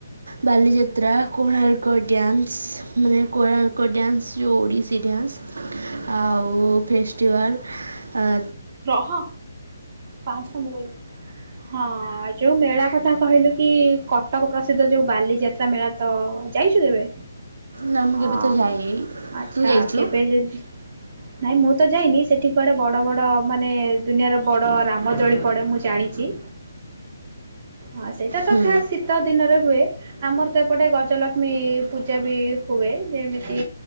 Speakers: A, on the right (about 75°); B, on the right (about 45°).
A: ବାଲିଯାତ୍ରା କୋଣାର୍କ ଡ୍ୟାନ୍ସ ମାନେ କୋଣାର୍କ ଡ୍ୟାନ୍ସ ଯୋଉ ଓଡ଼ିଶୀ ଡ୍ୟାନ୍ସ ଆଉ ଫେଷ୍ଟିଭାଲ। ଆ।
B: ରହ ପାର୍ଷ୍ଟ ଟା ମୁଁ କହିବି। ହଁ ଯୋଉ ମେଳା କଥା କହିଲୁ କି କଟକ ପ୍ରସିଦ୍ଧ ଯୋଉ ବାଲିଯାତ୍ରା ମେଳା ତ ଯାଇଛୁ କେବେ
A: ନା ମୁଁ
B: ଆ
A: କେବେ ତ ଯାଇନି
B: ଆଚ୍ଛା
A: ତୁ ଯାଇଛୁ
B: କେବେ ଯଦି ନାଇଁ ମୁଁ ତ ଯାଇନି ସେଠି କୁଆଡେ ବଡ ବଡ ମାନେ ଦୁନିଆର ବଡ ରାମ ଦୋଳି ପଡେ ମୁଁ ଜାଣିଛି। ହଁ ସେଇଟା ତ
A: ହୁଁ
B: ଖାସ ଶୀତ ଦିନରେ ହୁଏ। ଆମର ତ ଏପଟେ ଗଜଲକ୍ଷ୍ମୀ ପୂଜା ବି ହୁଏ ଯେମିତି